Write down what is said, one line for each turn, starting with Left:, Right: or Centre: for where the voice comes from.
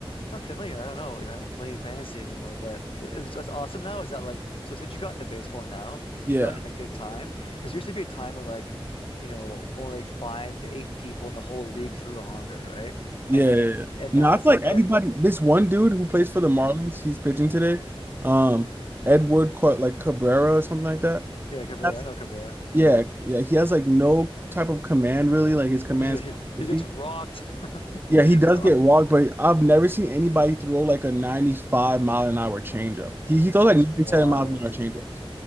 Left: Not familiar. I don't know because I don't play fantasy anymore. But it's, it's awesome now. Is that like so? Since you got into baseball now, you
Right: Yeah.
Left: got in a good time because there used to be a time where like, you know, only like five to eight people in the whole league threw a hundred, right?
Right: Yeah.
Left: And then
Right: yeah, yeah.
Left: and
Right: No,
Left: now
Right: I
Left: it's
Right: feel like
Left: like,
Right: everybody,
Left: e-
Right: this one dude who plays for the
Left: yeah,
Right: Marlins, he's pitching today. Um, Edward Ca- like Cabrera or something like that.
Left: yeah, Cabrera.
Right: That's,
Left: I know Cabrera. Yeah,
Right: yeah, yeah. He has like no type of command really. Like his
Left: <laughs>
Right: command's
Left: yeah, he,
Right: kind
Left: he
Right: of iffy.
Left: gets rocked. <laughs>
Right: Yeah, he
Left: He gets
Right: does
Left: rocked.
Right: get walked, but I've never seen anybody throw like a 95 mile an hour changeup. He he throws
Left: That's
Right: like 97
Left: wild.
Right: miles an hour changeups.